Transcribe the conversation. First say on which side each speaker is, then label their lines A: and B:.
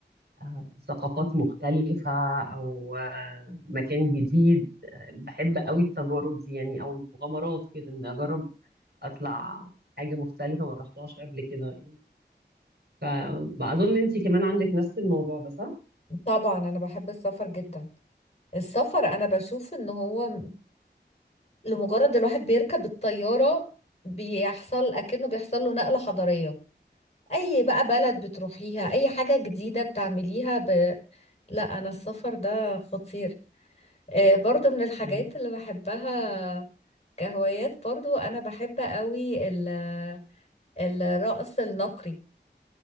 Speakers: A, on the right; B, on the left.
A: آه، ثقافات مختلفة أو آه، مكان جديد آه، بحب قوي التجارب دي يعني او المغامرات كده ان اجرب اطلع حاجه مختلفه ما رحتهاش قبل كده يعني فاظن انت كمان عندك نفس الموضوع ده صح
B: طبعا أنا بحب السفر جدا السفر انا بشوف ان هو لمجرد الواحد بيركب الطيارة بيحصل اكنه بيحصل له نقلة حضارية اي بقى بلد بتروحيها اي حاجة جديدة بتعمليها ب... لا انا السفر ده خطير آه، برضو من الحاجات
A: مم.
B: اللي بحبها كهوايات برضو انا بحب قوي ال... الرقص النقري